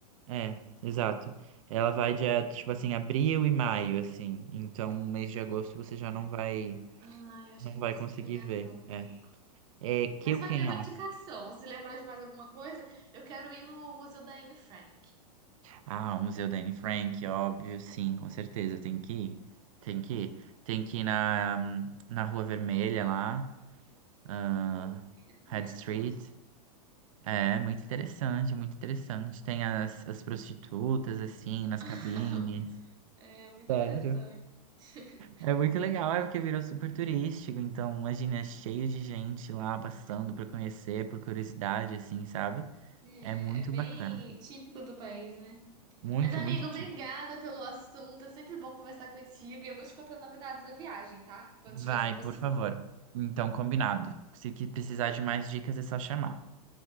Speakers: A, on the right (about 55°); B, on the right (about 20°).
A: É, exato. Ela vai dia, tipo assim, abril e maio, assim. Então, mês de agosto você já não vai,
B: Ah, eu acho
A: não
B: que eu não
A: vai
B: consigo
A: conseguir
B: pegar,
A: ver.
B: não, amigo.
A: É. É Kill
B: Mas valeu
A: King
B: a
A: Off.
B: indicação. Se lembrar de mais alguma coisa, eu quero ir no Museu da Anne Frank.
A: Ah, o Museu da Anne Frank, óbvio, sim, com certeza. Tem que ir. Tem que ir. Tem que ir na, na Rua Vermelha lá. ah,
B: Rua Vermelha, eu não
A: Head
B: conheço,
A: Street.
B: não.
A: É, muito interessante, muito interessante. Tem as, as prostitutas, assim, nas
B: <laughs>
A: cabines.
B: É muito
A: Sério?
B: interessante. <laughs>
A: É muito legal, é porque virou super turístico, então imagina, é cheio de gente lá passando para conhecer, por curiosidade, assim, sabe?
B: É,
A: É muito
B: é bem
A: bacana.
B: típico do país, né?
A: Muito,
B: Mas, amigo,
A: muito
B: obrigada
A: tipo.
B: pelo assunto. É sempre bom conversar contigo. E eu vou te contando novidades da viagem, tá? Quando
A: Vai,
B: estiver se aproximando.
A: por favor. Então, combinado. Se que precisar de mais dicas, é só chamar.